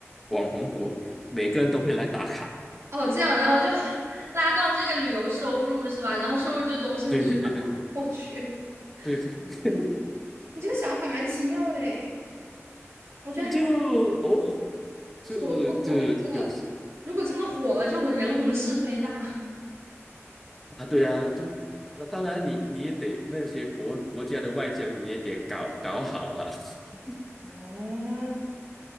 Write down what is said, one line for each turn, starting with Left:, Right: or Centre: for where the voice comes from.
Centre: 网红国，每个人都会来打卡。
Right: 哦，这样，然后就 <laughs> 拉动这个旅游收入是吧？然后收入就都是你的。
Centre: 对对对对
Right: 我去，
Centre: 对对，
Right: 你你这个想法蛮奇妙的诶，我觉得还蛮，
Centre: <laughs> 就哦，就就有
Right: 我我可能会觉得，如果真的火了，就人红是非大。
Centre: 啊，对啊，就那当然你你也得那些国国家的外交你也得搞搞好啊。<laughs>
Right: 啊，